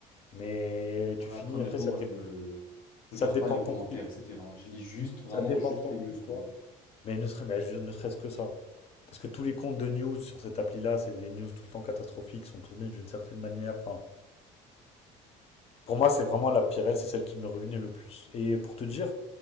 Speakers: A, on the left; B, on the left.
A: Mais
B: Ouais,
A: tu finis,
B: après, honnêtement,
A: après, ça
B: moi,
A: te
B: je
A: dépend.
B: me je
A: Ça
B: regarde
A: te dépend
B: pas les
A: de
B: commentaires,
A: ton feed.
B: etc. Je lis juste, vraiment,
A: Ça te dépend
B: juste
A: de ton
B: les news,
A: feed,
B: quoi.
A: tu vois. Mais ne serait, bah, juste- ne serait-ce que ça. Parce que tous les comptes de news sur cette appli-là, c'est des news tout le temps catastrophiques, sont tournées d'une certaine manière. Enfin, pour moi, c'est vraiment la pire elle c'est celle qui me ruinait le plus. Et pour te dire